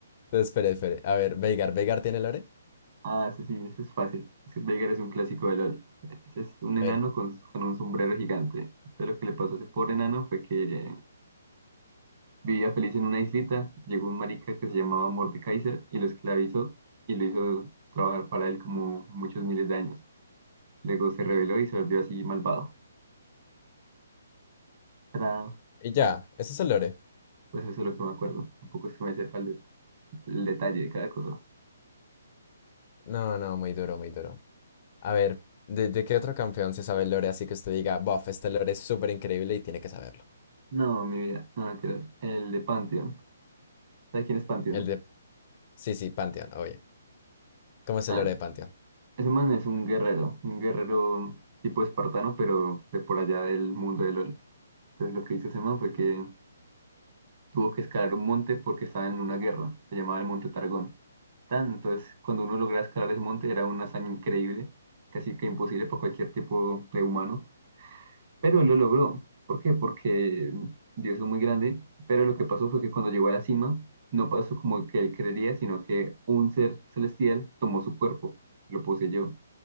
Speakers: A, on the left; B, on the right.
A: entonces, espere, espere. A ver, Veigar, ¿Veigar tiene lore?
B: Ah, ese sí, ese es fácil. Es que Veigar es un clásico de LOL. Ese es un enano
A: A ver,
B: con, con un sombrero gigante. Entonces lo que le pasó a ese pobre enano fue que Vivía feliz en una islita, llegó un marica que se llamaba Mordekaiser y lo esclavizó y lo hizo trabajar para él como muchos miles de años. Luego se rebeló y se volvió así malvado. Tra-
A: y ya, ¿eso es el lore?
B: Pues eso es lo que me acuerdo. Tampoco es que me sepa el, de- el detalle de cada cosa.
A: No, no, muy duro, muy duro. A ver, ¿de, de qué otro campeón se sabe el lore así que usted diga, bof, este lore es súper increíble y tiene que saberlo?
B: No, mi vida, no mentiras. El de Pantheon. ¿Sabes quién es Pantheon?
A: El de Sí, sí, Pantheon, obvio. ¿Cómo es
B: Ah,
A: el lore de Pantheon?
B: ese man es un guerrero, un guerrero tipo espartano, pero de por allá del mundo de LOL. Entonces lo que hizo ese man fue que tuvo que escalar un monte porque estaba en una guerra. Se llamaba el Monte Targón. tanto. Es, cuando uno logra escalar ese monte era una hazaña increíble, casi que imposible para cualquier tipo de humano, pero él lo logró. ¿Por qué? Porque Dios es muy grande, pero lo que pasó fue que cuando llegó a la cima, no pasó como que él creería, sino que un ser celestial tomó su cuerpo, lo poseyó,